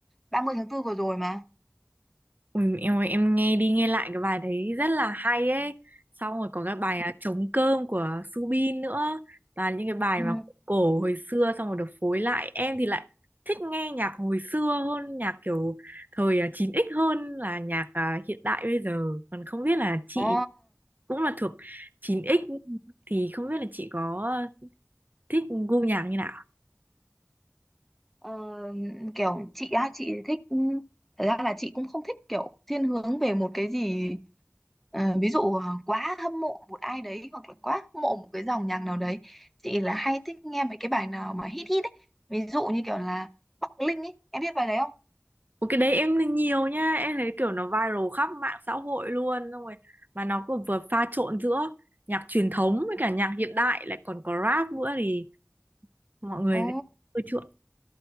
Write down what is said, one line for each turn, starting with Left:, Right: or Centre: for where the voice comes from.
Centre: ba mươi tháng 4 vừa rồi mà
Right: Ui, em ơi, em nghe đi nghe lại cái bài đấy rất là hay ấy. Xong rồi có cái bài à, Trống cơm của Subin nữa. Toàn những cái bài
Centre: Ừ.
Right: mà cổ hồi xưa xong rồi được phối lại. Em thì lại thích nghe nhạc hồi xưa hơn nhạc kiểu thời à, 9X hơn là nhạc à, hiện đại bây giờ. Còn không biết là chị
Centre: Ồ,
Right: cũng là thuộc chín x thì không biết là chị có thích gu nhạc như nào?
Centre: Ờ, kiểu chị á chị thích thật ra là chị cũng không thích kiểu thiên hướng về một cái gì ờ, ví dụ ờ, quá hâm mộ một ai đấy hoặc là quá hâm mộ một cái dòng nhạc nào đấy chị là hay thích nghe mấy cái bài nào mà hit hit ấy ví dụ như kiểu là Bắc Linh ấy em biết bài đấy không
Right: Một cái đấy em nhìn nhiều nha Em thấy kiểu nó viral khắp mạng xã hội luôn Xong rồi mà nó cũng vừa pha trộn giữa Nhạc truyền thống với cả nhạc hiện đại Lại còn có rap nữa thì mọi người
Centre: ồ
Right: ưa chuộng